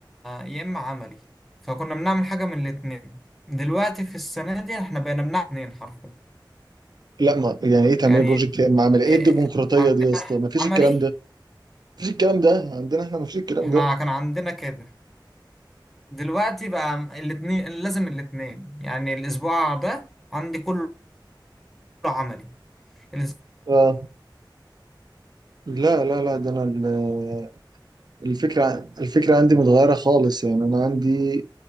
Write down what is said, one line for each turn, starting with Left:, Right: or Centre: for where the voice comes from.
Centre: يا اما عملي فكنا بنعمل حاجه من الاتنين دلوقتي في السنه دي احنا بقينا بنعمل اتنين حرفيا
Right: لا ما يعني ايه تعملي
Centre: يعني
Right: بروجكت يا اما عامل ايه
Centre: إيه،
Right: إيه الديمقراطيه
Centre: عندنا
Right: دي يا اسطى ما فيش
Centre: عملي
Right: الكلام ده ما فيش الكلام ده عندنا احنا ما فيش الكلام
Centre: احنا
Right: ده
Centre: كان عندنا كده دلوقتي بقى الاتنين لازم الاتنين يعني الاسبوع ده عندي كله عملي الاس-
Right: آه. لا لا لا ده انا الفكرة الفكرة عندي متغيرة خالص يعني أنا عندي